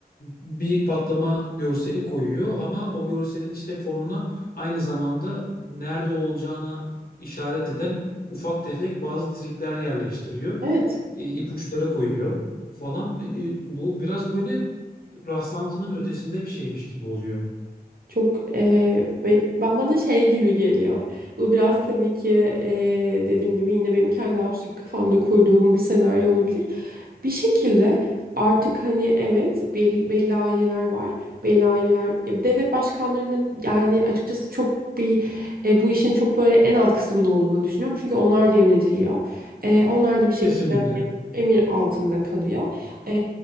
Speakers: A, on the left; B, on the right.
A: bir patlama görseli koyuyor ama o görselin işte fonuna aynı zamanda nerede olacağına işaret eden ufak tefek bazı trikler yerleştiriyor.
B: Evet.
A: E, ipuçları koyuyor falan. E, e, bu biraz böyle rastlantının ötesinde bir şeymiş gibi oluyor.
B: Çok eee, be- ben bana şey gibi geliyor. Bu biraz tabii ki eee, dediğim gibi yine benim kendi absürt kafamda kurduğum bir senaryo olabilir. Bir şekilde artık hani evet bel- belli aileler var. Belli aileler ya devlet başkanlarının yani açıkçası çok bir e, bu işin çok böyle en alt kısmında olduğunu düşünüyorum. Çünkü onlar da yönetiliyor. E, onlar da bir şekilde
A: Kesinlikle.
B: hani emir altında kalıyor. E,